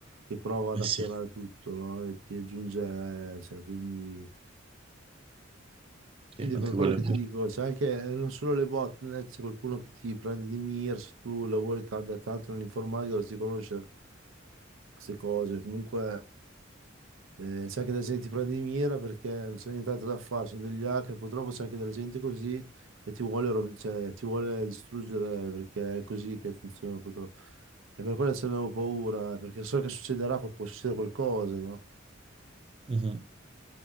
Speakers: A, on the right; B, on the right.
A: che prova ad
B: Eh
A: hackerare
B: sì,
A: tutto, no? E ti aggiunge, eh, cioè, quindi,
B: sì,
A: quindi
B: anche
A: per quello
B: quello
A: che
B: è vero.
A: ti dico, c'è anche, eh, non solo le botnet, c'è qualcuno che ti prende di mira, se tu lavori ta- da tanto nell'informatica dovresti conoscere queste cose, comunque... Eh, c'è anche della gente che ti prende di mira perché non c'è nient'altro da fare, sono degli hacker, purtroppo c'è anche della gente così e ti vuole, rovi- cioè, ti vuole distruggere perché è così che funziona purtroppo. E per quello ce ne avevo paura, perché so che succederà, può succedere qualcosa, no?
B: Mhm,